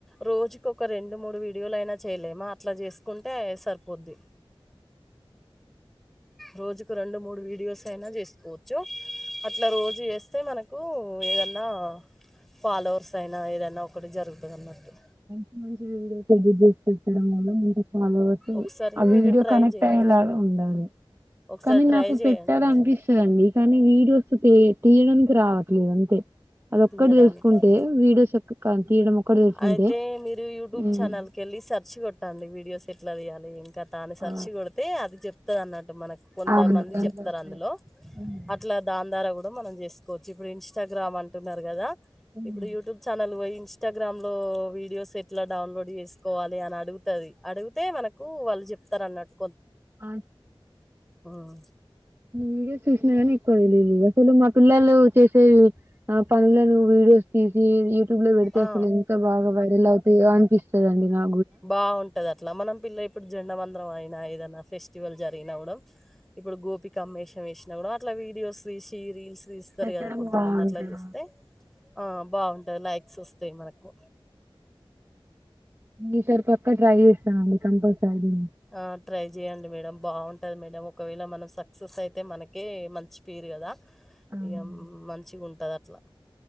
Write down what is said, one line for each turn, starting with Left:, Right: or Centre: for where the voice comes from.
Centre: రోజుకి ఒక రెండు మూడు వీడియోలు అయినా చేయలేమా అట్లా చేస్తే తీసుకుంటే సరిపోద్ది రోజుకు రెండు మూడు వీడియోస్ అయినా చేసుకోవచ్చు అట్లా రోజు చేస్తే మనకి ఏదన్నా ఫాలోవర్స్ అయినా ఏదనా ఒకటి జరుగుతుంది అన్నట్టు
Right: మంచిగా వీడియోస్ ఎడిట్ చేసి పెట్టడం వల్ల ఫాలోయర్స్
Centre: ఒకసారి
Right: ఆ వీడియో
Centre: మీరు ట్రై
Right: కనెక్ట్
Centre: జేయండి.
Right: అయలా ఆ ఉండాలీ
Centre: ఒకసారి
Right: కానీ
Centre: ట్రై
Right: నాకు
Centre: జేయండి
Right: పెట్టాల
Centre: మేడం.
Right: అనిపిస్తుదండి కానీ వీడియో అ తీయడానికి రావట్లేదు అంతే అది ఒక్కటి
Centre: తీయడానికి
Right: తెలుసుకుంటే
Centre: రా
Right: వీడియోస్ తీయడం ఒక్కటి తెలుసుకుంటే
Centre: అయితే మీరు యూట్యూబ్
Right: హ్మ్.
Centre: ఛానల్ క వెళ్ళి సెర్చ్ కొట్టండి వీడియోస్ ఎట్లా చేయాలి ఏం తాని సర్చి
Right: ఆ
Centre: కొడితే అది చెప్తది అన్నట్టు మనకు కొంద
Right: అవును
Centre: మంది
Right: దాంట్లో
Centre: చెప్తారు
Right: వస్తాయి
Centre: అందులో
Right: హ్మ్.
Centre: అట్లా దాన్ ద్వారా కూడా మనం చేసుకోవచ్చు ఇప్పుడు ఇన్స్టాగ్రామ్ అంటున్నారు కదా
Right: హ్మ్.
Centre: ఇప్పుడు యూట్యూబ్ ఛానల్ పోయి ఇస్టా గ్రామ్ లో వీడియోస్ ఎట్లా డౌన్లోడ్ చేసుకోవాలి అని అడుగుతుంది అడిగితే మనకు వాళ్ళు చెప్తారు అన్నట్టు
Right: ఆ
Centre: హ్మ్.
Right: వీడియోస్ చూసినా కనీ ఎక్కువ తెలియదు అసలు మా పిల్లలు చేసే ఆ పనులను వీడియోస్ తీసి ట్యూబ్ లో పెడితే
Centre: ఆ!
Right: అసలు ఎంత బాగా వైరల్ అవుతాయో అనిపిస్తుంది అండి నా
Centre: బాగుంటది అట్లా మనం పిల్ల ఇప్పుడు జెండ మందరం అయినా ఏదనా ఫెస్టివల్ జరిగినవ్వడం ఇప్పుడు గోపికమ్మ వేషం వేసినా కూడా అట్లా వీడియోస్ తీసి రీల్స్ తీస్తారు
Right: పెట్టడం
Centre: కదా కొంతమంది
Right: బాగుంటది
Centre: అట్లా చేూస్తే ఆ బాగుంటుంది లైక్స్ వస్తాయి మనకు
Right: ఈ సరిపక్క ట్రై చేస్తామండి కంపల్సరీ
Centre: ఆ ట్రై చెయండి మేడం బాగుంటది మేడం ఒకవేళ మనం సక్సెస్ అయితే మనకే మంచి పీరు కదా
Right: అవునండి.
Centre: ఇగ మంచిగుంటది అట్లా